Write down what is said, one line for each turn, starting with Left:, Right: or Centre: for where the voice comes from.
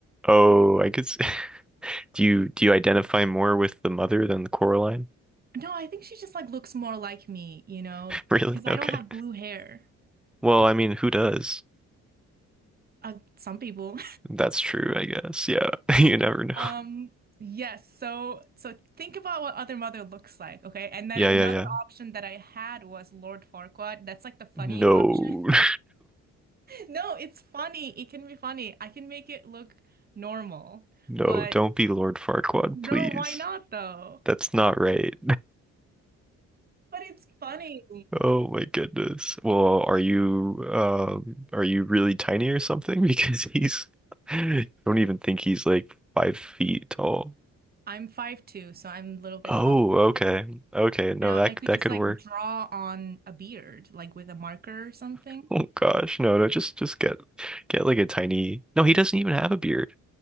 Centre: Oh, I could s <laughs> Do you do you identify more with the mother than the Coraline? <laughs>
Right: No, I think she just like looks more like me, you know,
Centre: Really?
Right: because I
Centre: Okay.
Right: don't have blue hair.
Centre: Well, I mean, who does?
Right: Uh, some people.
Centre: That's true, I guess. Yeah. <laughs> You never know.
Right: Um, yes, so so think about what Other Mother looks like, okay? And then
Centre: Yeah, yeah,
Right: another
Centre: yeah.
Right: option that I had was Lord Farquaad. That's like the funny
Centre: No.
Right: option. <laughs>
Centre: <laughs>
Right: No, it's funny. It can be funny. I can make it look normal.
Centre: No,
Right: But
Centre: don't be Lord Farquaad,
Right: no,
Centre: please.
Right: why not though?
Centre: That's not right.
Right: But it's funny.
Centre: Oh my goodness. Well, are you um are you really tiny or something? <laughs> Because he's <laughs> I don't even think he's like five feet tall.
Right: I'm five two, so I'm a little bit
Centre: Oh,
Right: taller than
Centre: okay.
Right: him.
Centre: Okay, no,
Right: And I,
Centre: that
Right: I could
Centre: that
Right: just
Centre: could
Right: like
Centre: work.
Right: draw on a beard, like with a marker or something.
Centre: Oh gosh, no, no, just just get get like a tiny No, he doesn't even have a beard.